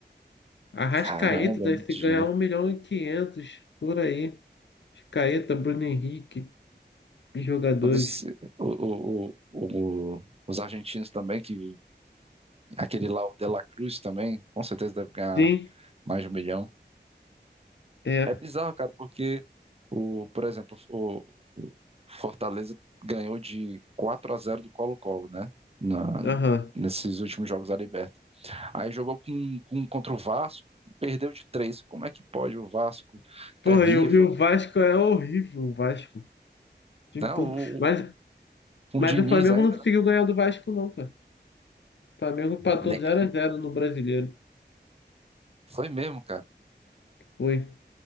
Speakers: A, on the left; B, on the right.
A: Arrascaeta
B: caramba,
A: deve
B: é muito
A: se
B: dinheiro.
A: ganhar um milhão e quinhentos por aí. Arrascaeta, Bruno Henrique. e jogadores.
B: Todos, esse- o, o, o, o- os argentinos também, que aquele lá, o De La Cruz também, com certeza deve ganhar
A: Sim,
B: mais de um milhão.
A: é.
B: É bizarro, cara, porque, o, por exemplo, o, o Fortaleza ganhou de 4 a zero do Colo-Colo, né? Na,
A: Aham.
B: nesses últimos jogos da Libertadores. Aí jogou com, com, contra o Vasco, perdeu de três. Como é que pode o Vasco?
A: Porra,
B: Terrível.
A: e, o e o Vasco é horrível, o Vasco. O time
B: não?
A: todo.
B: o,
A: Mas,
B: com
A: mas
B: o Diniz
A: o Flamengo
B: ainda,
A: não conseguiu ganhar do Vasco, não, cara. O Flamengo empatou
B: né?
A: 0x0 no Brasileiro.
B: Foi mesmo, cara.
A: Foi.